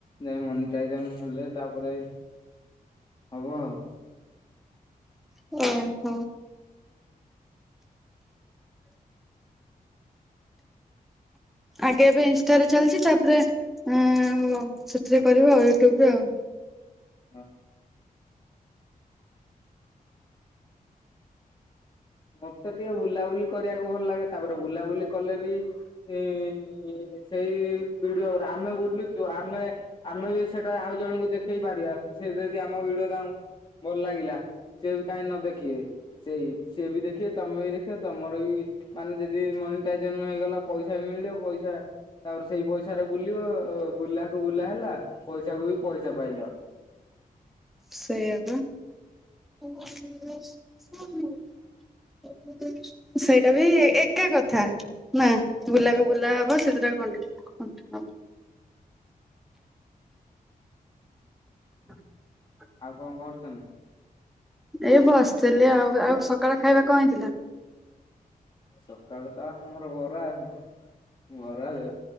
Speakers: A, on the left; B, in the centre.
A: ଯାଇ ମନିଟାଇଜନ ହେଲେ ତାପରେ ହବ ଆଉ।
B: ଓହୋଃ ହଁ। ଆଗେ ଏବେ ଇନଷ୍ଟାରେ ଚାଲିଚି ଉଁ ଉ ତାପରେ ଆଃ ସେଥିରେ କରିବ ଆ ୟୁଟ୍ୟୁବରୁ ଆଉ।
A: ହଁ। ମତେ ଟିକେ ବୁଲାବୁଲି କରିଆକୁ ଭଲ ଲାଗେ ତାପରେ ବୁଲାବୁଲି କଲେ ବି ଉଁ ଉଁ ଉଁ ସେଇ ବିଡିଓ ଉରା ଆମେ ବୁଲୁଛୁ ଆମେ ଆମେ ବି ସେଟା ଆଉ ଜଣଙ୍କୁ ଦେଖେଇ ପାରିବା ସେ ଯଦି ଆମ ଭିଡିଓ ତାଙ୍କୁ ଭଲ ଲାଗିଲା ସିଏ ବି କାଇଁ ନ ଦେଖିବେ ସେଇ ସିଏ ବି ଦେଖିଏ ତମେ ବି ଦେଖିବ ତମର ବି ମାନେ ଯଦି ମନିଟାଇଜନ ହେଇଗଲା ପଇସା ବି ମିଳିଲା ପଇସା ତାପରେ ସେଇ ପଇସାରେ ବୁଲିବ ବୁଲାକୁ ବୁଲା ହେଲା ପଇସାକୁ ବି ପଇସା ପାଇଲ।
B: ସେଇଆ ବା। <unintelligible> ଏମିତି ସେଇଟା ବି ଏକା କଥା ନା ବୁଲା କ ବୁଲା ହବ ସେଇଥିରେ <unintelligible> <unintelligible> ହଁ।
A: ଆଉ କଣ କରୁଚନ୍ତି?
B: ଏଇ ବସିଥିଲି ଆଉ ଆଉ ସକାଳେ ଖାଇବା କଣ ହେଇଥିଲା?
A: ସକାଳେ ତ ହାମର ବରା ଆଉ ବରା ଚ